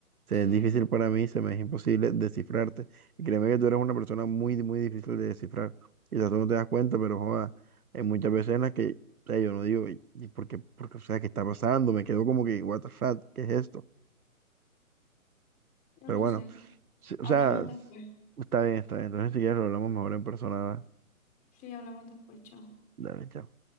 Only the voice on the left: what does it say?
Sí,
yo
no
sé.
Hablamos
después.
Sí, hablamos después, chao.